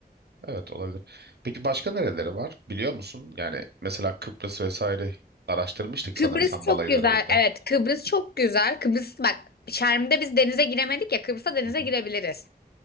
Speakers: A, on the right (about 80°); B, on the left (about 70°).
A: Evet olabilir. Peki başka nereleri var biliyor musun? Yani mesela Kıbrıs vesaire araştırmıştık
B: Kıbrıs
A: sanırsam
B: çok
A: balayı
B: güzel.
A: döneminde.
B: Evet, Kıbrıs çok güzel. Kıbrıs bak Şerm'de biz denize giremedik ya Kıbrıs'ta denize
A: Hı hı.
B: girebiliriz.